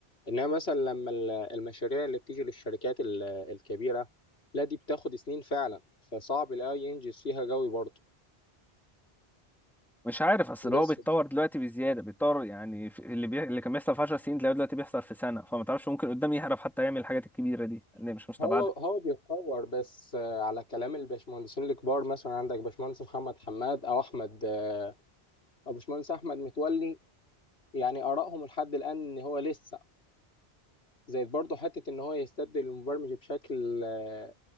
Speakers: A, on the left (about 70°); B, in the centre.
A: انما مثلا لما ال- المشاريع اللي بتيجي للشركات ال- الكبيرة لا دي بتاخد سنين فعلا فصعب الاي ينجز فيها قوي برضه
B: مش عارف اصل هو
A: بس
B: بيتطور دلوقتي بزياده بيتطور يعني في- اللي بي... اللي كان بيحصل في 10 سنين تلاقيه دلوقتي بيحصل في سنه فما تعرفش ممكن قدام يعرف حتى يعمل الحاجات الكبيره دي اللي مش مستبعده
A: هو هو بيتطور بس آه، على كلام الباشمهندسين الكبار مثلا عندك باشمهندس محمد حماد او احمد آه، او باشمهندس احمد متولي يعني ارائهم لحد الان ان هو لسه زائد برضه حتة إن هو يستبدل المبرمج بشكل آه،